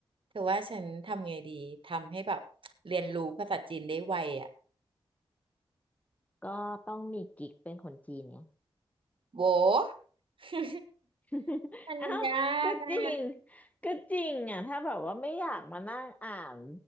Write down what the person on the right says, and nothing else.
เธอว่าฉันทำไงดีทำให้แบบเรียนรู้ภาษาจีนได้ไวอ่ะ
โว้ <laughs>
มันยากอ่ะ